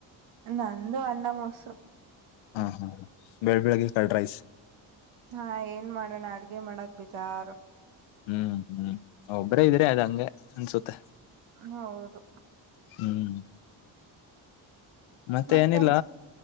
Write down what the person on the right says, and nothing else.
ನಂದು ಅನ್ನಾ ಮೊಸರು
ಹಾ ಏನ್ ಮಾಡೋಣ ಅಡ್ಗೆ ಮಾಡಕ್ ಬಿಜಾರು
ಹೌದು
ಮತ್ತೆನ್